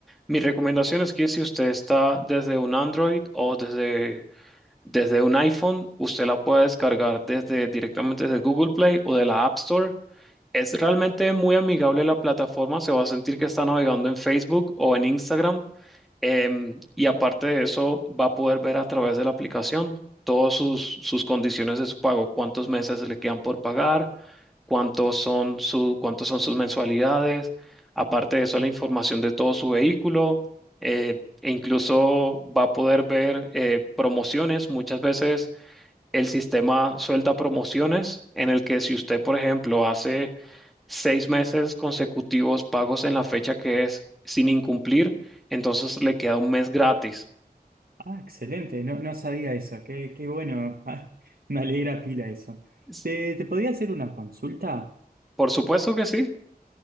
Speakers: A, in the centre; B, on the right (about 65°).
A: Mi recomendación es que si usted está desde un Android o desde, desde un iPhone, usted la puede descargar desde, directamente desde Google Play o de la App Store. Es realmente muy amigable la plataforma, se va a sentir que está navegando en Facebook o en Instagram Em, y aparte de eso, va a poder ver a través de la aplicación todas sus, sus condiciones de su pago, cuántos meses le quedan por pagar, cuántos son su, cuántos son sus mensualidades. Aparte de eso,
B: Ah,
A: la información de todo su vehículo, eh, e incluso va a poder ver eh, promociones. Muchas veces el sistema suelta promociones en el que si usted, por ejemplo, hace seis meses consecutivos pagos en la fecha que es sin incumplir, entonces le queda un mes gratis.
B: ah, excelente, no, no sabía eso, qué, qué bueno. <laughs> Ah, me alegra pila eso.
A: S-
B: ¿Te, te podía hacer una consulta?
A: Por supuesto que sí.